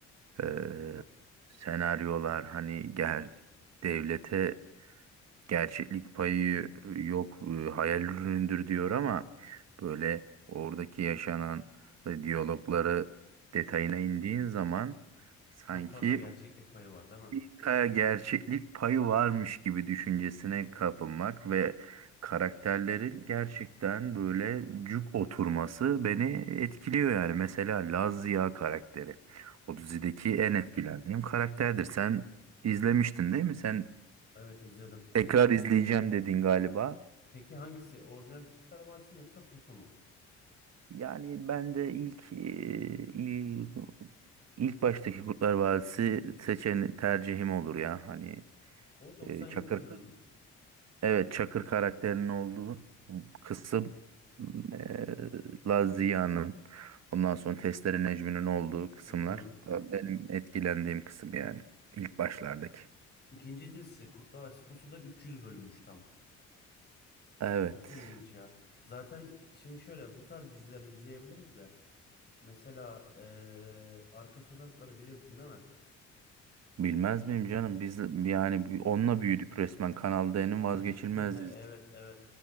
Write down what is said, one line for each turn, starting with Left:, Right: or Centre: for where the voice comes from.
Left: Evet.
Right: e, senaryolar hani ger devlete gerçeklik payı e, yok e, hayal ürünüdür diyor ama böyle oradaki yaşanan e, diyalogları detayına indiğin zaman sanki
Left: Çok fazla gerçeklik payı var değil mi?
Right: bir kaya gerçeklik payı varmış gibi düşüncesine kapılmak ve karakterlerin gerçekten böyle cuk oturması beni etkiliyor yani. Mesela Laz Ziya karakteri. O dizideki en etkilendiğim karakterdir. Sen izlemiştin değil mi? Sen
Left: Evet izledim.
Right: Tekrar izleyeceğim dedin galiba.
Left: Peki hangisi? Orijinal Kurtlar Vadisi mi yoksa Pusu mu?
Right: Yani ben de ilk e, il- ilk baştaki Kurtlar Vadisi seçen tercihim olur ya. Hani
Left: O 97
Right: e, Çakır
Left: bölünmüş.
Right: evet Çakır karakterinin olduğu kısım e, Lazia'nın ondan sonra Testere Necmi'nin olduğu kısımlar
Left: Hı hı.
Right: da benim etkilendiğim kısım yani ilk başlardaki.
Left: İkinci dizisi Kurtlar Vadisi Pusu da 300 bölünmüş tam.
Right: Evet.
Left: Çok ilginç ya. Zaten şimdi şöyle bu tarz dizileri izleyebiliriz de. Mesela eee, Arka Sokakları biliyorsun değil mi?
Right: Bilmez miyim canım? Biz yani onunla büyüdük resmen. Kanal D'nin vazgeçilmeziz.
Left: <laughs> Evet evet.